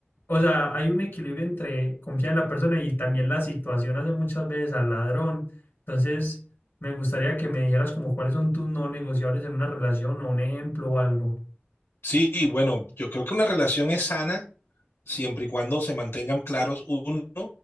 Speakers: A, on the left; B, on the left.
A: o sea, hay un equilibrio entre confiar en la persona y también la situación hace muchas veces al ladrón. Entonces, me gustaría que me dijeras como cuáles son tus no negociables en una relación o un ejemplo o algo.
B: Sí, y bueno, yo creo que una relación es sana siempre y cuando se mantengan claros uno,